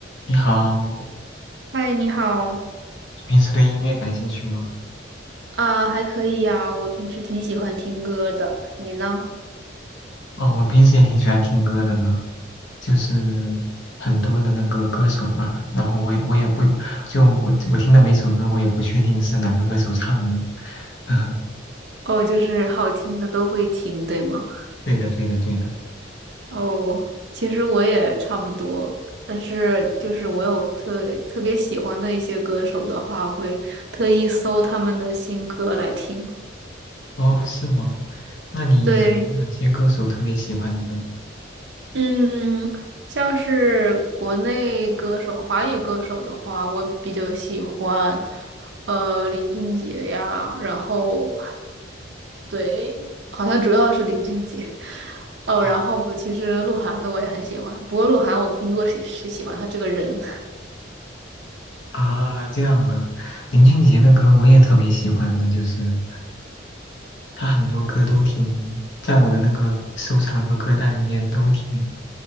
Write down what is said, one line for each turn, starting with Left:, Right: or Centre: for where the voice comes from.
Left: 你好，
Right: 嗨，你好
Left: 你平时对音乐感兴趣吗？
Right: 啊，还可以呀，我平时挺喜欢听歌的，你呢？
Left: 哦，我平时也挺喜欢听歌的呢，就是很多的那个歌手吧。然后我也我也不，就我我听的每首歌，我也不确定是哪个歌手唱的。<laughs>
Right: 哦，就是好听的都会听，对吗？
Left: 对的，对的，对的。
Right: 哦，其实我也差不多，但是就是我有特特别喜欢的一些歌手的话，我会特意搜他们的新歌来听。
Left: 哦，是吗？那你有哪些歌手特别喜欢呢？
Right: 对，嗯，像是国内歌手、华语歌手的话，我比较喜欢，呃，林俊杰呀，然后对，好像主要是林俊杰。<laughs> 哦，
Left: 哦
Right: 然后我其实鹿晗的我也很喜欢，不过鹿晗我更多是是喜欢他这个人。
Left: 啊，这样啊，林俊杰的歌我也特别喜欢的，就是。他很多歌都挺，在我的那个收藏和歌单里面都挺，